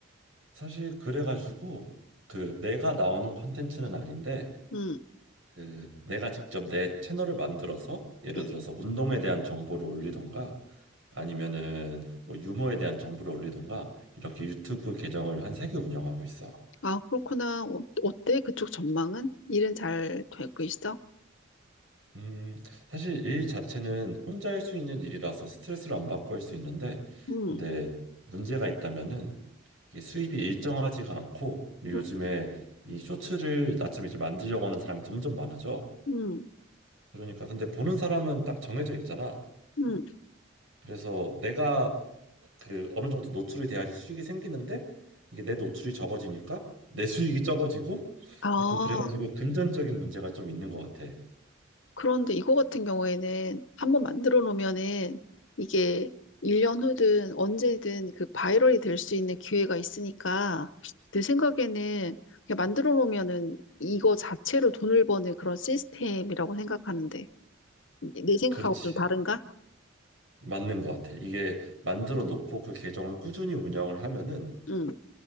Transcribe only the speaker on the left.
응,
응.
아, 그렇구나. 어, 어때? 그쪽 전망은? 일은 잘 되고 있어?
응.
응.
음,
음.
아,
그런데 이거 같은 경우에는 한번 만들어 놓으면은 이게 1년 후든 언제든 그 바이럴이 될 수 있는 기회가 있으니까 내 생각에는 그냥 만들어 놓으면은 이거 자체로 돈을 버는 그런 시스템이라고 생각하는데 내 생각하고
좀 다른가?
응,